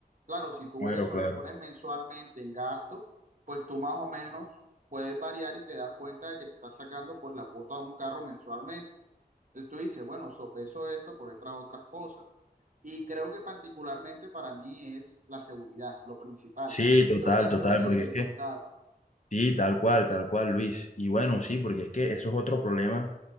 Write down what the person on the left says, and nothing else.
Claro,
claro.
Sí, total,
total,
porque
es que,
sí, tal cual, tal cual, Luis. Y bueno, sí, porque es que eso es otro problema